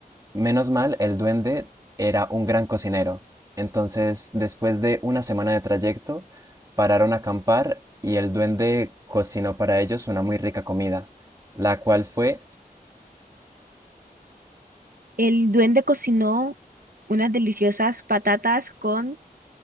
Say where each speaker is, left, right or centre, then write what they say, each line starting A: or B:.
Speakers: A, on the right; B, on the right.
A: Menos mal, el duende era un gran cocinero. Entonces, después de una semana de trayecto, pararon a acampar y el duende cocinó para ellos una muy rica comida, la cual fue,
B: el duende cocinó unas deliciosas patatas con